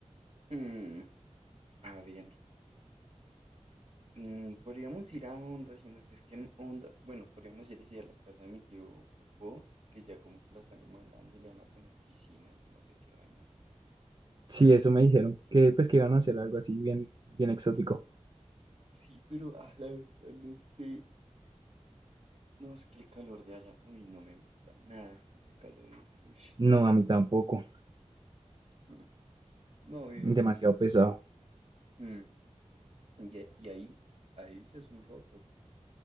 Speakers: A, on the right; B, on the right.
A: Hmm, a ver, Mm, podríamos ir a Honda, sino que es que en Honda, bueno, podríamos ir así a la casa de mi tío Coco, que ya como que la están remodelando y le van a poner piscina y yo no sé qué vainas.
B: Sí, eso me dijeron, que pues que iban a hacer algo así bien, bien exótico.
A: Sí, pero ah, la verdad no sé. No, es que el calor de allá, uy, no me gusta nada. Ese calor es, uy,
B: No, a mí tampoco.
A: <laughs> mm, no veo.
B: Demasiado pesado.
A: Mm, Y, a- y ahí, ahí sí es un roto.